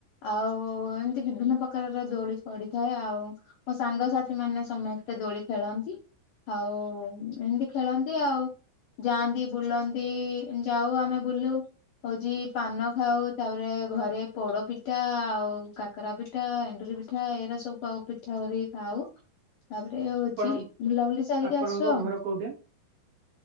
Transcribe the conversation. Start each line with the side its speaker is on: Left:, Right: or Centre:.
Left: ଆଉ ଏମିତି ବିଭିନ୍ନ ପ୍ରକାରର ଦୋଳି ପଡିଥାଏ ଆଉ। ମୋ ସାଙ୍ଗସାଥି ମାନେ ସମସ୍ତେ ଦୋଳି ଖେଳନ୍ତି। ହଉ ଏମିତି ଖେଳନ୍ତି ଆଉ। ଯାଆନ୍ତି ବୁଲନ୍ତି ଯାଉ ଆମେ ବୁଲୁ ହଉଛି ପାନ ଖାଉ ତାପରେ ଘରେ ପୋଡ ପିଠା ଆଉ କାକରା ପିଠା ଏଣ୍ଡୁରି ପିଠା ଏଇରା ସବୁ ଖାଉ। ପିଠା କରିକି ଖାଉ ତାପରେ ହଉଛି
Right: ଆପଣ
Left: ବୁଲାବୁଲି ସାରିକି
Right: ଆପଣଙ୍କ
Left: ଆସୁ ଆଉ।
Right: ଘର କୋଉଠି?